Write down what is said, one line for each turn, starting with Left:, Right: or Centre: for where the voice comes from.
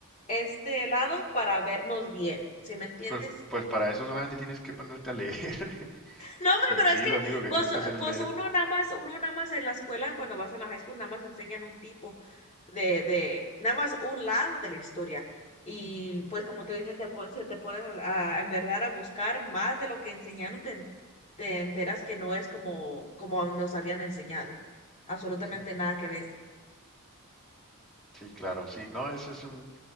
Left: este lado para vernos bien. ¿Sí me entiendes?
Centre: Pues, pues para eso solamente tienes que ponerte a leer. <laughs>
Left: No, hombre,
Centre: En
Left: pero
Centre: sí,
Left: es que,
Centre: lo único que
Left: pues,
Centre: tienes que hacer es
Left: pues
Centre: leer.
Left: uno nada más, uno nada más en la escuela, cuando vas a la high school, nada más enseñan un tipo de, de, nada más un lado de la historia. Y pues como tú dices, te, pon- se te pones a, a, en verdad a buscar más de lo que enseñaron, te, en- te enteras que no es como, como nos habían enseñado. Absolutamente
Centre: <clears throat>
Left: nada que ver.
Centre: Sí, claro, sí. No, eso es un,